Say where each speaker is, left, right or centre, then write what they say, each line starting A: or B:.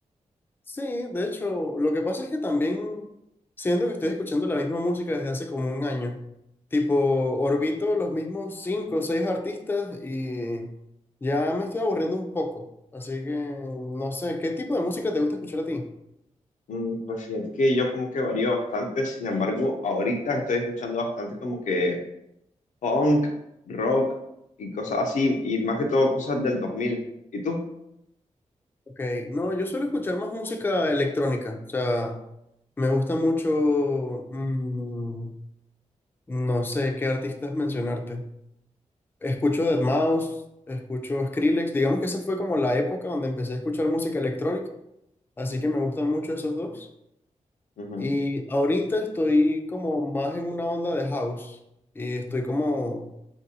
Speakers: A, on the left; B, on the left.
A: Sí, de hecho, lo que pasa es que también siento que estoy escuchando la misma música desde hace como un año. Tipo, orbito los mismos cinco o seis artistas y ya me estoy aburriendo un poco. Así que, no sé, ¿qué tipo de música te gusta escuchar a ti?
B: Mm, pues fíjate que yo como que varío bastante, sin embargo, ahorita estoy escuchando bastante como que punk, rock y cosas así, y más que todo cosas del 2000. ¿Y tú?
A: Ok, no, yo suelo escuchar más música electrónica. O sea, me gusta mucho, mm, no sé qué artistas mencionarte. Escucho Deadmau5, escucho Skrillex. Digamos que esa fue como la época donde empecé a escuchar música electrónica, así que me gustan mucho esos dos.
B: Ujú.
A: Y ahorita estoy como más en una onda de house y estoy como,